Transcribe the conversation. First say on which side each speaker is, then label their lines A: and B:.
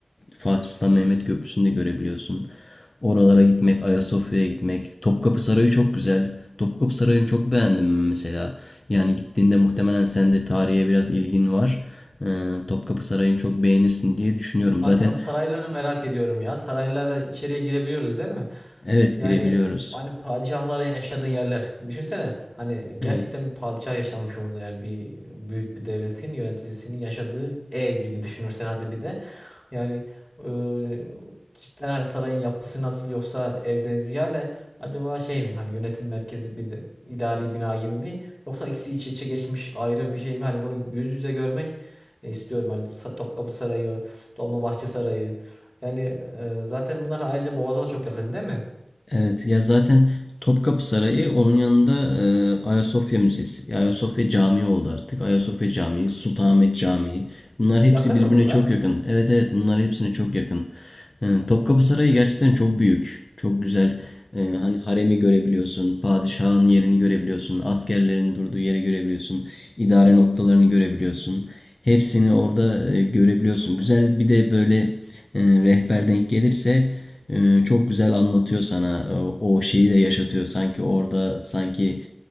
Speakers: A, on the left; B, on the left.
A: Fatih Sultan Mehmet Köprüsü'nü de görebiliyorsun. Oralara gitmek, Ayasofya'ya gitmek. Topkapı Sarayı çok güzel. Topkapı Sarayı'nı çok beğendim mesela. Yani gittiğinde muhtemelen sen de tarihe biraz ilgin var. Ee, Topkapı Sarayı'nı çok beğenirsin diye düşünüyorum.
B: Aynen
A: Zaten
B: o sarayları merak ediyorum ya. Saraylara içeriye girebiliyoruz değil mi?
A: Evet
B: Yani
A: girebiliyoruz.
B: hani padişahların yaşadığı yerler. Düşünsene hani gerçekten
A: Evet.
B: bir padişah yaşanmış orada yani bir büyük bir devletin yöneticisinin yaşadığı ev gibi düşünürsen hadi bir de. Yani e, cidden hani sarayın yapısı nasıl yoksa evden ziyade acaba şey mi hani yönetim merkezi bir de idari bina gibi mi yoksa ikisi iç içe geçmiş ayrı bir şey mi? Hani bunu yüz yüze görmek e, istiyorum hani Sa- Topkapı Sarayı Dolmabahçe Sarayı. Yani e, zaten bunlar ayrıca Boğaz'a da çok yakın değil mi?
A: Evet ya zaten Topkapı Sarayı onun yanında e, Ayasofya Müzesi. Ayasofya Camii oldu artık. Ayasofya Camii, Sultanahmet Camii. Bunlar hepsi
B: Yakın
A: birbirine
B: mı bunlar?
A: çok yakın. Evet evet bunlar hepsine çok yakın. E, Topkapı Sarayı gerçekten çok büyük. Çok güzel. E, hani haremi görebiliyorsun. Padişahın yerini görebiliyorsun. Askerlerin durduğu yeri görebiliyorsun. idare noktalarını görebiliyorsun. Hepsini orada e, görebiliyorsun. Güzel bir de böyle e, rehber denk gelirse e, çok güzel anlatıyor sana. E, O şeyi de yaşatıyor sanki orada sanki